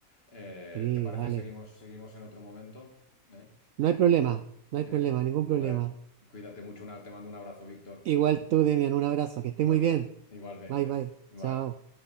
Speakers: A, on the left (about 40°); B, on the right (about 70°).
A: Eh,
B: sí,
A: ¿te parece
B: dale.
A: seguimos, seguimos en otro momento? ¿Eh?
B: No hay problema, no hay
A: ¿Eh?
B: problema, ningún
A: Bueno,
B: problema.
A: cuídate mucho, una- te mando un abrazo, Víctor.
B: Igual tú, Demian, un abrazo, que estés
A: Un
B: muy
A: abrazo.
B: bien.
A: Igualmente.
B: Bye, bye.
A: Bye.
B: Chao.